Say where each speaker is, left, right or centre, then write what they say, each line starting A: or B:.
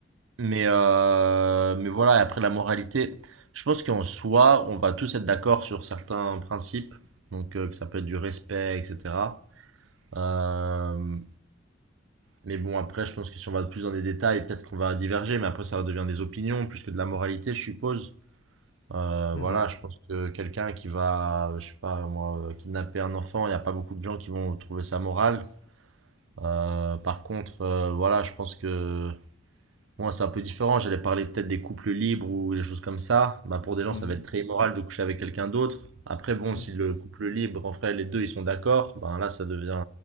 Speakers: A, on the right; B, on the left.
A: Mais, euh, mais voilà, et après la moralité, je pense qu'en soi, on va tous être d'accord sur certains principes. Donc, euh, que ça peut être du respect, etc. Euh, mais bon, après, je pense que si on va plus dans les détails, peut-être qu'on va diverger. Mais après, ça redevient des opinions plus que de la moralité, je suppose. Euh,
B: Mhm.
A: voilà, je pense que quelqu'un qui va, je sais pas moi, euh, kidnapper un enfant, il n'y a pas beaucoup de gens qui vont trouver ça moral. Euh, par contre, euh, voilà, je pense que moi c'est un peu différent. J'allais parler peut-être des couples libres ou des choses comme ça. Bah, pour des gens,
B: Mhm.
A: ça va être très immoral de coucher avec quelqu'un d'autre. Après, bon,
B: Mhm.
A: si le couple libre, en vrai, les deux ils sont d'accord, ben là ça devient,